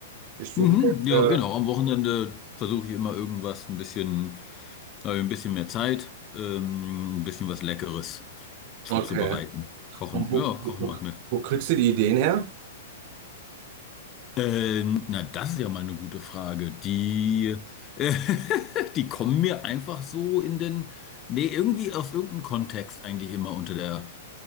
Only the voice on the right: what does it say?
ich suche
mir jetzt,
äh,
okay.
Und wo,
wo, wo,
wo kriegst du die Ideen her?